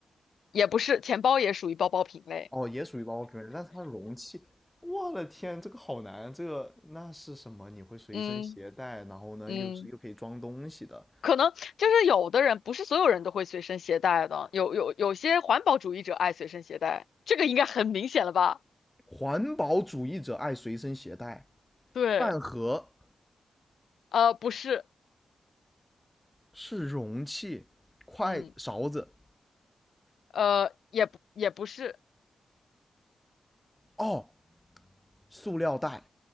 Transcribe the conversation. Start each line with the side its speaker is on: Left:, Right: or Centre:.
Left: 也不是，钱包也属于包包品类，
Centre: 哦，也属于包包品牌，但是它容器，我的天，这个好难，这个那是什么？你会随身携带，
Left: 嗯
Centre: 然后呢，
Left: 嗯。
Centre: 又是又可以装东西的。
Left: 可能就是有的人不是所有人都会随身携带的，有有有些环保主义者爱随身携带，这个应该很明显了吧？
Centre: 环保主义者爱随身携带，
Left: 对。
Centre: 饭盒
Left: 呃，不是，
Centre: 是容器，筷勺子
Left: 嗯，呃，也不也不是，
Centre: 哦，塑料袋。